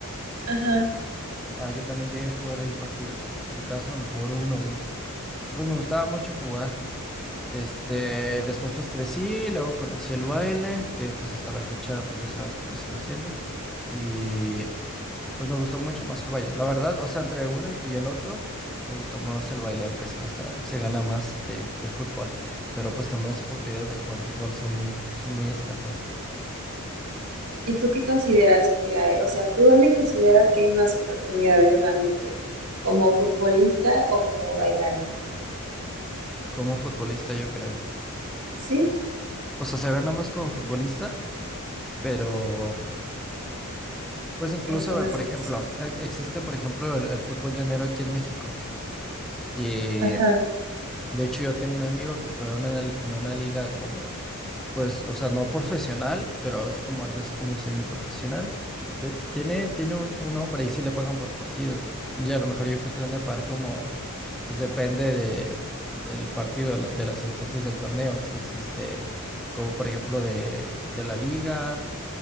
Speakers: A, on the right; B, in the centre.
A: Ajá.
B: Ah, yo también llegué a jugar ahí partidos. Si acaso, a lo mejor uno o dos. Pues me gustaba mucho jugar. Este, después pues crecí, luego conocí el baile, que pues hasta la fecha pues ya sabes que lo sigo haciendo. Y Pues me gustó mucho más el baile. La verdad, o sea, entre uno y y el otro, me gustó más el baile, aunque se gasta, se gana más de, de fútbol. Pero pues también las oportunidades de jugar fútbol son muy, son muy escasas.
A: ¿Y tú qué consideras que hay? O sea, ¿tú dónde consideras que hay más oportunidades realmente? ¿Como futbolista o como bailarín?
B: Como futbolista, yo creo.
A: Sí,
B: O sea, se gana más como futbolista, pero pues incluso,
A: está más
B: eh, por
A: difícil.
B: ejemplo, e- existe, por ejemplo, el, el fútbol llanero aquí en México. Y
A: Ajá.
B: de hecho yo tengo un amigo que juega en una li- en una liga como pues, o sea, no profesional, pero es como algo así como semiprofesional. Eh, Tiene, tiene un, un hombre y sí le pagan por partido. Y a lo mejor yo creo que le han de pagar como, pues depende de, del partido, de de las instancias del torneo, si es este, como por ejemplo de, de la liga,